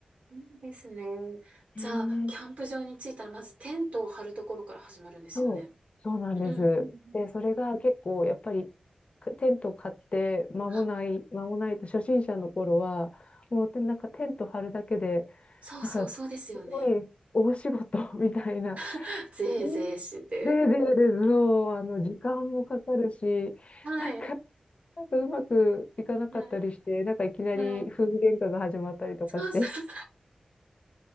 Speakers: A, on the right (about 65°); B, on the left (about 55°).
A: いいですね。
B: へえ
A: じゃあ、キャンプ場に着いたら、まずテントを張るところから始まるんですよね。
B: そう、そうなんです。
A: うんうん
B: で、
A: うん。
B: それが結構やっぱりかテント買って間もない、
A: はい
B: 間もないと初心者の頃は、もうてなんかテント張るだけで、
A: そうそう、
B: なんかす
A: そうですよね。
B: ごい大仕事 <laughs> みたいな。
A: <laughs> ぜーぜーして。
B: うんで、で、で、そう、あの、時間もかかるし、
A: はい。
B: なんか、なんかうまくいかなかったりして、
A: はい。
B: なんかいきなり夫婦喧嘩が始まったりとかして。
A: はい。そうそう。